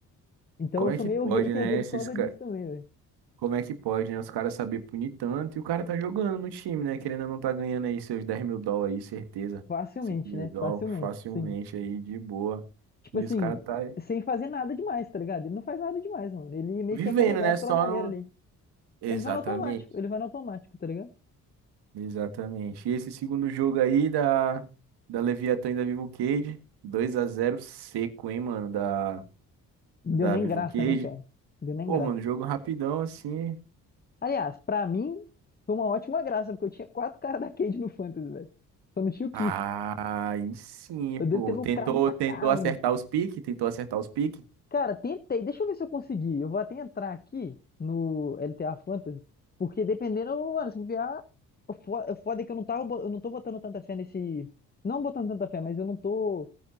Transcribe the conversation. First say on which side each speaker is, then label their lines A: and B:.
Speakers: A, on the left; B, on the right.
A: Então
B: Como
A: eu
B: é
A: sou
B: que
A: meio
B: pode,
A: hater
B: né?
A: dele
B: Esses,
A: por causa
B: ca-
A: disso também, velho.
B: Como é que pode, né? Os caras saber punir tanto e o cara tá jogando no time, né? Querendo ou não tá ganhando aí seus dez mil dólares aí, certeza.
A: Facilmente,
B: cinco mil
A: né?
B: dólares
A: Facilmente,
B: facilmente
A: sim.
B: aí, de boa.
A: Tipo
B: E
A: assim,
B: os caras tá
A: sem fazer nada demais, tá ligado? Ele não faz nada demais, mano. Ele meio
B: vivendo,
A: que é carregado
B: né? Só
A: pela galera
B: no.
A: ali.
B: Exatamente,
A: Ele vai no automático, ele vai no automático, tá ligado?
B: exatamente. E esse segundo jogo aí da, da Leviatã e da Vivo Cage, dois a zero seco, hein, mano? Da,
A: Deu
B: da
A: nem
B: Vivo
A: graça,
B: Cage.
A: né, cara? Deu nem
B: Pô,
A: graça.
B: mano, jogo rapidão assim.
A: Aliás, pra mim, foi uma ótima graça, porque eu tinha quatro caras da Cade no Fantasy, velho. Só não tinha o Kiss.
B: Ah, aí sim,
A: Eu
B: pô.
A: devo ter lucrado
B: Tentou,
A: pra
B: tentou
A: caramba.
B: acertar os piques, tentou acertar os piques.
A: Cara, tentei. Deixa eu ver se eu consegui. Eu vou até entrar aqui no LTA Fantasy, porque dependendo, mano, se bobear, o fo- o foda é que eu não tava, bo- eu não tô botando tanta fé nesse, não botando tanta fé, mas eu não tô,